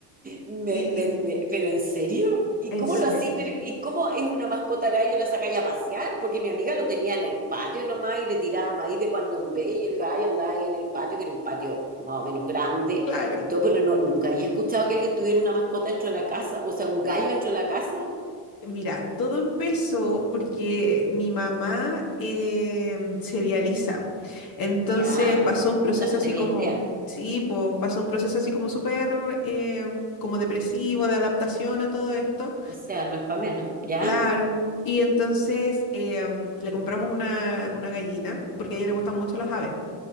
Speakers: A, on the right (about 20°); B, on the left (about 50°).
A: Me,
B: Y
A: me- me- ¿pero en serio? ¿Y
B: en
A: cómo
B: serio,
A: lo así? Pero- ¿y cómo es una mascota gallo la sacáis a pasear? Porque mi amiga lo tenía en el patio nomás y le tiraba maíz de cuando en vez y el gallo andaba ahí en el patio, que era un patio más o menos grande
B: claro.
A: y todo, pero no, nunca había escuchado que alguien tuviera una mascota dentro de la casa, o sea, un gallo dentro de la casa.
B: Mira, todo empezó porque mi mamá em, se dializa. Entonces
A: ¿Ya?
B: pasó un proceso
A: Puta, no
B: así
A: tenía
B: como,
A: idea.
B: sí, pues pasó un proceso así como súper em, como depresivo, de adaptación a todo esto.
A: O sea, no es para menos. ¿Ya?
B: Claro. Y entonces eh, am, le compramos una, una gallina, porque a ella le gustan mucho las aves.